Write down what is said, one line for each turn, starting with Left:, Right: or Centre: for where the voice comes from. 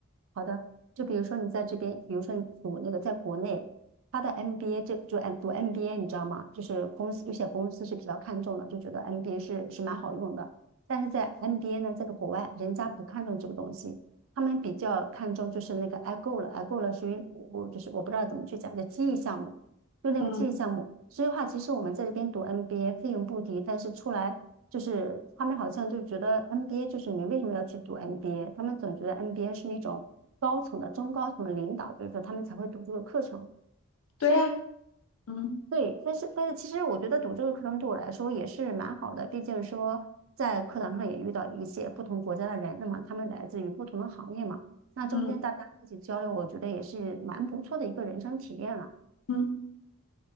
Right: 好的。就比如说你在这边，比如说你读那个在国内，他的 MBA 这就 M 读 MBA，你知道吗？就是公司有些公司是比较看重的，就觉得 MBA 是是蛮好用的。但是在 MBA 呢，在个国外，人家不看重这个东西，他们比较看重就是那个 i g o 了 i g o 了属于我我就是我不知道怎么去讲，叫记忆项目，就那个记忆项目。
Left: 嗯，
Right: 所以的话，其实我们在这边读 MBA 费用不低，但是出来。就是他们好像就觉得 NBA 就是你为什么要去读 NBA？他们总觉得 NBA 是那种高层的、中高层的领导，就是说他们才会读这个课程。所以，
Left: 对呀，嗯
Right: 对，但是但是其实我觉得读这个课程对我来说也是蛮好的，毕竟说在课堂上也遇到一些不同国家的人，那么他们来自于不同的行业嘛，那中间大家一起交流，
Left: 嗯
Right: 我觉得也是蛮不错的一个人生体验了。
Left: 嗯，